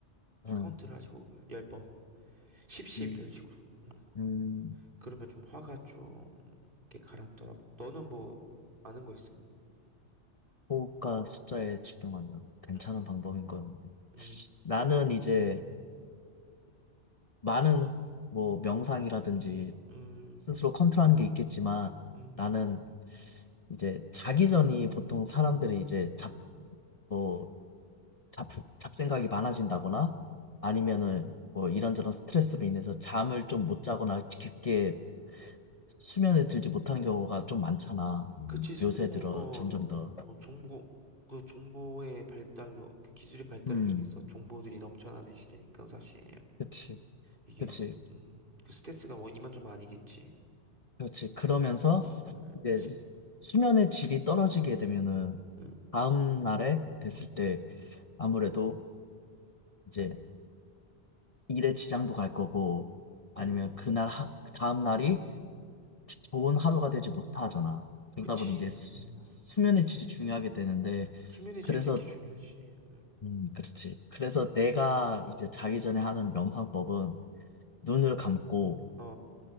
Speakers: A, on the left; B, on the right.
A: 음,
B: 카운트를 하시고, 10번, 10,
A: 음,
B: 10 이런 식으로. 음.
A: 음.
B: 그러면 좀 화가 좀 이렇게 가라앉더라고. 너는 뭐 아는 거 있어?
A: 호흡과 숫자에 집중한다. 괜찮은
B: 응,
A: 방법인 거야, 근데.
B: 응,
A: 나는 이제 많은 뭐 명상이라든지
B: 음,
A: 스스로 컨트롤하는 게 있겠지만
B: 음.
A: 나는 이제 자기 전이 보통 사람들이 이제 잡, 뭐, 잡, 잡생각이 많아진다거나 아니면은 뭐 이런저런 스트레스로 인해서 잠을 좀 못 자거나 깊게 수면에 들지 못하는 경우가 좀 많잖아. 음.
B: 그치 수면에
A: 요새 들어
B: 어,
A: 점점
B: 음,
A: 더.
B: 어 정보 그 정보의 발달로 그 기술의 발달로
A: 음,
B: 인해서 정보들이 넘쳐나는 시대니까 사실
A: 그치,
B: 이게
A: 그치.
B: 음 그 스트레스가 뭐 이만저만 아니겠지.
A: 그렇지. 그러면서
B: 음,
A: 이제 수- 수면의 질이 떨어지게 되면은
B: 음,
A: 다음 날에 됐을 때 아무래도 이제 일에 지장도 갈 거고 아니면
B: 음.
A: 그날 하, 그 다음 날이 조- 좋은 하루가 되지 못하잖아. 그러다
B: 그치.
A: 보니 이제 수,
B: 어,
A: 수면의 질이 중요하게 되는데
B: 수면의
A: 그래서
B: 질 되게 중요하지. 음.
A: 음 그렇지. 그래서 내가 이제 자기 전에 하는 명상법은 눈을 감고
B: 어